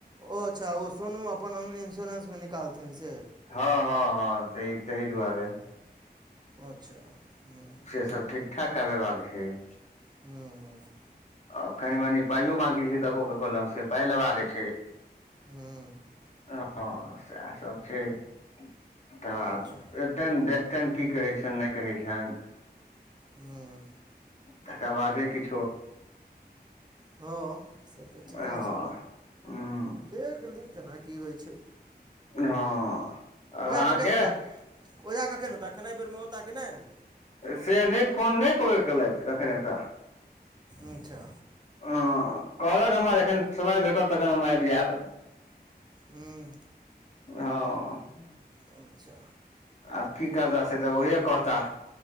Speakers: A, on the right; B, on the left.
A: ओ अच्छा ओ सोनू अपन ओइमे इन्श्योरेंसमे निकालथिन से,
B: हँ हँ हँ तै तही दुआरे
A: अच्छा हूँ
B: से सब ठीक ठाक करेबाक छैय।
A: हूँ हूँ हूँ।
B: आ कनी मनी पाइयो बांकी छै ककरो ककरो लग से पाइ लेबाके छैय
A: हूँ
B: आ हँ सैह सब छैय। तकर बाद
A: अच्छा
B: एतनि देखतनि की कहै छनि नै कहय छनि
A: हूं
B: तकर बादे किछ। किछो
A: हँ से त ठीके
B: हँ
A: छै
B: हँ
A: देख ली केना की होइ छैय।
B: हँ आब अहाँके
A: कखन होता ओझा कखन औता? खेनाइ बेरमे औता कि नैय?
B: से नै फोन नै एको बेर केलथि कखनि एता
A: अच्छा।
B: हँ कहलथि हमरा जखन समय भेटत तखन हम आबि जाएब।
A: हूँ
B: <inaudible>
A: अच्छा
B: आब की करता से तऽ उहे कहता।